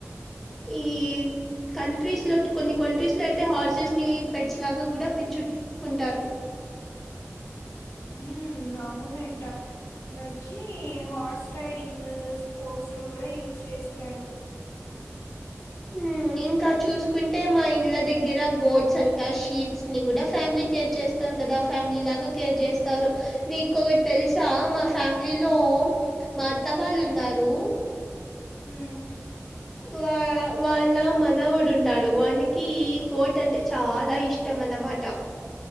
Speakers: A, in the centre; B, on the left (about 80°).
A: ఈ కంట్రీస్ లో కొన్ని కంట్రీస్ లో అయితే హార్సెస్ ని పెడ్స్ లాగా కూడా పెంచుకుంటారు.
B: ఉ అవునంట ఇంకా ఓచ్చి హార్స్ రైడింగ్ స్పోర్ట్స్ లో కూడా యూస్ చేస్తారు.
A: హ్ ఇంకా చూసుకుంటే మా ఇళ్ళ దగ్గర గోడ్స్ అంట షీప్స్ ని కూడా ఫ్యామిలీ కేర్ చేస్త కదా ఫ్యామిలీ లాగా కేర్ చేస్తారు నీకొకటి తెలుసా మా ఫ్యామిలీలో మా అత్త వాళ్ళు ఉన్నారు.
B: హ్
A: వా వాళ్ళ మనవుడు ఉంటడు వానికి గోట్ అంటే చాలా ఇష్టం అన్నమాట